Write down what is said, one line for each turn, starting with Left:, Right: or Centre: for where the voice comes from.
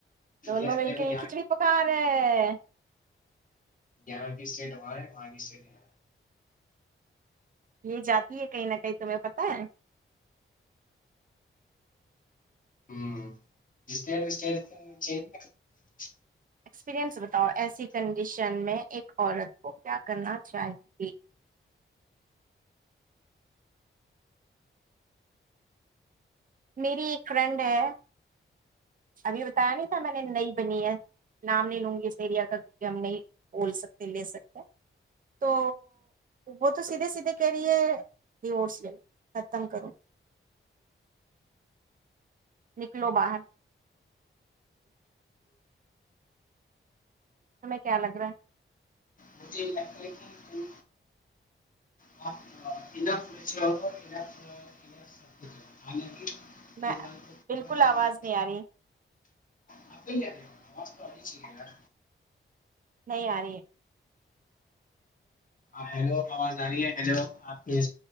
Left: دیکھو
Right: دونوں مل کے
Left: یہاں
Right: یہ کھچڑی پکا رہے
Left: یہاں کی اسٹیٹ وہاں ہے وہاں کی اسٹیٹ ہے
Right: یہ جاتی ہے کہیں نہ کہیں تمہیں پت ہے
Left: ہوں ج <inaudible>
Right: ایکسپریئنس بتاؤ ایسی کنڈیشن جن میں ایک عورت کو کیا کرنا چاہی گی میری ایک فرینڈ ہے ابھی بتایا نہیں تھا میں نے نئی بنی ہے نام نہیں لوں گی اس ایریا کا کیونکہ ہم نہیں بول سکتے لے سکتے تو وہ تو سھے سیدھے کہہ رہی ہے ریورس لے لو ختم کروں نکلو باہر ہمیں کیا لگ رہا ہے
Left: مجھے یہ لگتا ہے کہ تم آپ انف اچھے ہو انف انف سب کچھ ہے حالانکہ
Right: میں
Left: ایک بار تو
Right: بالکل
Left: پرانا زمانے
Right: آواز نہیں آ رہی <unintelligible>
Left: آپ کو نہیں آ رہی آواز تو آنی چاہیے یار
Right: نہیں آ رہی ہے <unintelligible>
Left: آپ ہیلو آواز آ رہی ہے ہلو آپ کے